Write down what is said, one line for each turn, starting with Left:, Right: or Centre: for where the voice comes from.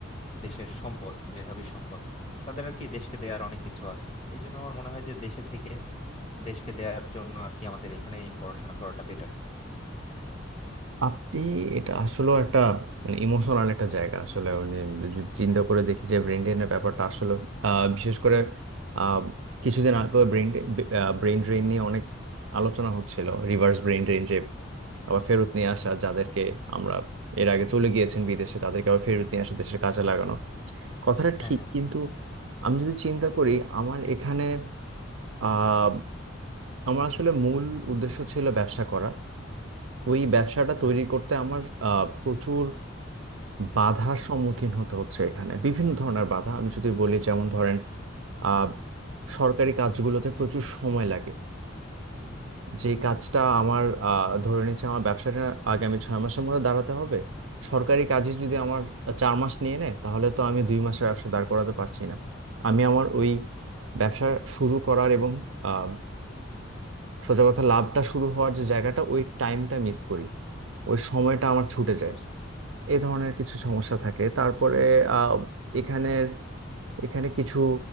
Left: দেশের সম্পদ মেধাবী সম্পদ তাদের আর কি দেশকে দেওয়ার অনেক কিছু আছে এই জন্য আমার মনে হয় যে দেশে থেকে দেশকে দেওয়ার জন্য আর কি আমাদের এখানেই পড়াশোনা করাটা বেটার
Right: আপনি এটা আসলে একটা মানে ইমোশনাল একটা জায়গা আসলে মানে যদি চিন্তা করে দেখি যে ব্রেন ড্রেনের ব্যাপারটা আসলে আহ, বিশেষ করে আহ, কিছুদিন আগে ব্রেন ব্রেন ড্রেন নিয়ে অনেক আলোচনা হচ্ছিল রিভার্স ব্রেন ড্রেন যে আবার ফেরত নিয়ে আসা যাদেরকে আমরা এর আগে চলে গিয়েছেন বিদেশে তাদেরকে আবার ফেরত নিয়ে আসে দেশের কাজে লাগানো কথাটা
Left: হ্যাঁ
Right: ঠিক
Left: হ্যাঁ
Right: কিন্তু আমি যদি চিন্তা করি আমার এখানে আহ আমার আসলে মূল উদ্দেশ্য ছিল ব্যবসা করা ওই ব্যবসাটা তৈরি
Left: আচ্ছা
Right: করতে আমার আহ, প্রচুর বাধার সম্মুখীন হতে হচ্ছে এখানে বিভিন্ন ধরনের বাধা আমি যদি বলি যেমন ধরেন আহ, সরকারি কাজগুলোতে প্রচুর সময় লাগে যে কাজটা আমার আহ, ধরে নিচ্ছে আমার ব্যবসাটা আগামী ছয় মাসের মধ্যে দাঁড়াতে হবে সরকারি কাজে যদি আমার চার মাস নিয়ে নেয় তাহলে তো আমি দুই মাসের ব্যবসা দাঁড় করাতে পারছি না আমি আমার ওই ব্যবসা শুরু করার এবং আহ, সোজা কথা লাভটা শুরু হওয়ার যে জায়গাটা ওই টাইমটা মিস করি ওই সময়টা আমার ছুটে
Left: বুঝতে
Right: যায়
Left: পারছি
Right: এই ধরনের কিছু সমস্যা থাকে তারপরে আহ, এখানের এখানে কিছু